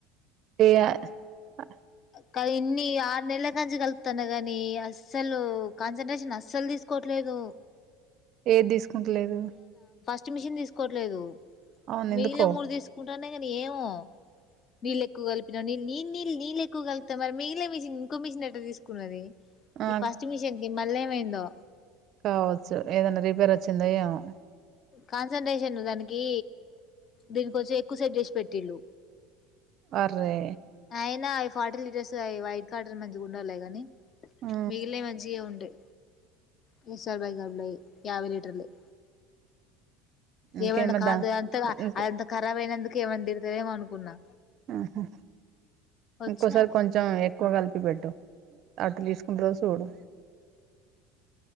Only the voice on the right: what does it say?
ఇగ అ
ఏది తీసుకుంటలేదు
అవును
ఎందుకో
ఆ
కావచ్చు ఏదన్న రిపేర్ వచ్చిందో ఏమో
అర్రే
ఆ
ఇంకేం
మరి
దా
ఇంకో
అహా
ఇంకోసారి
కొంచెం ఎక్కువ కలిపి పెట్టు అది తీసుకుంటదో సూడు